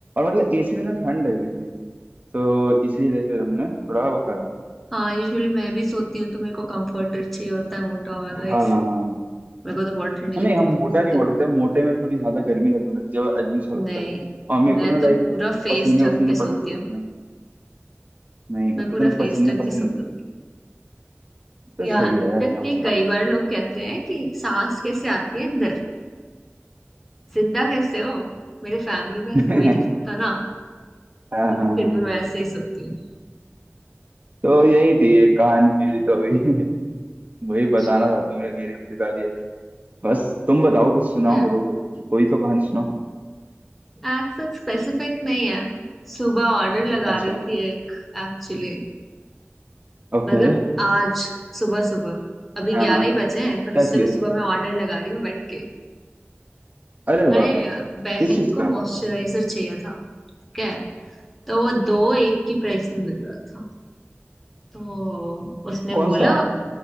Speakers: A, on the right (about 40°); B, in the centre.
A: मतलब एसी में ना ठंड लग रही थी तो इसीलिए फिर हमने थोड़ा वो करा
B: हाँ यूजुअली मैं भी सोती हूँ तो मेरे को कंफर्टर चाहिए होता है मोटा वाला
A: हाँ
B: इसी
A: हाँ हाँ।
B: मेरे को तो बहुत ठंडी
A: तो
B: लगती
A: नहीं हम
B: है मैं
A: मोटा
B: मुंह
A: नहीं
B: तक
A: ओढ़ते मोटे में थोड़ी ज्यादा गर्मी लगने लगती है अजीब सा लगता
B: नहीं
A: है और मेरे
B: मैं
A: को ना
B: तो
A: लाइक
B: पूरा फेस
A: पसीने
B: ढक
A: वसीने
B: के सोती
A: पसंद नहीं
B: हूँ
A: इतने नहीं मेरे
B: मैं
A: को
B: पूरा
A: इतने
B: फेस
A: पसीने
B: ढक
A: पसंद
B: के सोती
A: नहीं
B: हूँ
A: तो
B: यहाँ
A: सही है
B: तक
A: सब
B: कि
A: अपना
B: कई
A: अपना
B: बार
A: सोचें
B: लोग कहते हैं कि सांस कैसे आती है अंदर जिंदा कैसे हो मेरे फैमिली में
A: <laughs>
B: ऐसे कोई नहीं सोता ना
A: हाँ
B: लेकिन
A: हाँ
B: फिर
A: हाँ
B: भी मैं ऐसे ही सोती हूँ
A: तो यही थी एक कहानी मेरी तो अभी <laughs> वही
B: अच्छा
A: बताना था तुम्हें मेरी अफ्रीका की एक बस तुम बताओ कुछ सुनाओ
B: yeah.
A: मेरे को कोई कोई तो कहानी सुनाओ
B: आज तक स्पेसिफिक नहीं है सुबह ऑर्डर लगा
A: अच्छा
B: रही थी एक एक्चुअली
A: ओके
B: मतलब आज सुबह सुबह अभी
A: हाँ
B: ग्यारह
A: हाँ
B: ही बजे हैं पर
A: क्या
B: उससे
A: चीज
B: भी सुबह मैं ऑर्डर लगा रही हूँ बैठ के
A: अरे
B: अरे
A: वाह किस
B: बहन
A: चीज
B: को
A: का
B: मॉइस्चराइजर चाहिए था ठीक है तो वो दो एक की प्राइस में मिल रहा था तो उसने
A: कौन
B: बोला
A: सा